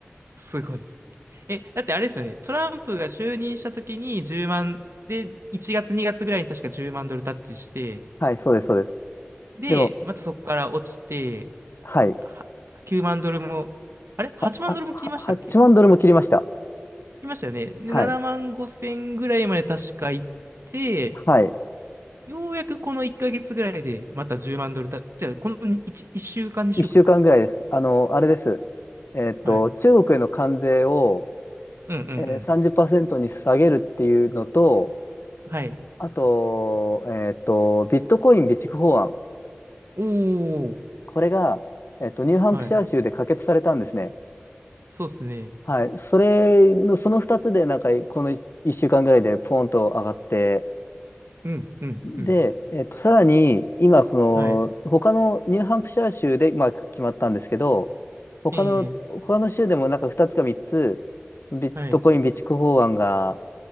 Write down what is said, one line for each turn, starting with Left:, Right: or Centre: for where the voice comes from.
Right: すごい。え、だってあれですよね。トランプが就任した時に1万、で、1月、2月ぐらいに確か10万ドルタッチして、
Left: はい、そうです、そうです。
Right: で、
Left: でも、
Right: またそこから落ちて、
Left: はい。
Right: は9万ドルも、あれ ?8
Left: あ、
Right: 万ドルも切りましたっけ切
Left: は8万ドルも切りました。
Right: りましたよね。で、
Left: はい。
Right: 7万5千ぐらいまで確か行って、
Left: はい。
Right: ようやくこの1ヶ月ぐらいでまた10万ドルた、じゃあこの1、一週間、2週間かんか。
Left: 一週間ぐらいです。あの、あれです。えっと、
Right: はい。
Left: 中国への関税を、
Right: うんうんうん。
Left: えー、30%に下げるっていうのと、
Right: はい。
Left: あと、えっと、ビットコイン備蓄法案。
Right: おー。
Left: これが、えっと、ニューハンプシャー州で可決されたんですね。
Right: はい。そうですね。
Left: はい。それの、その2つで、なんか、この1週間ぐらいでポーンと上がって、
Right: うんうんうん。
Left: で、えっと、さらに、今、こ
Right: はい。
Left: の、他のニューハンプシャー州で、まあ、決まったんですけど、他の、
Right: ええ
Left: 他の州でもなんか2つか3つ、ビットコイン備蓄法案が、
Right: はい。